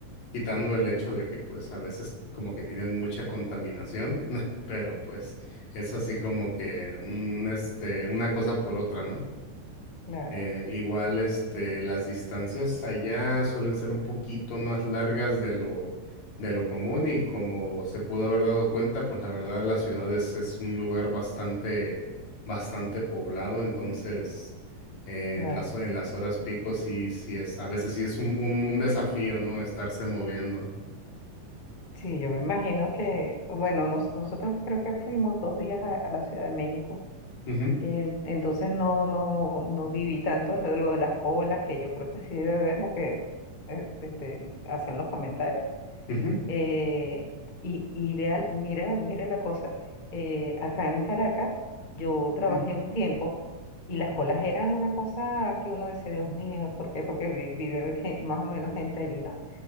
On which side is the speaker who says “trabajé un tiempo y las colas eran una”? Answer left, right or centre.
Left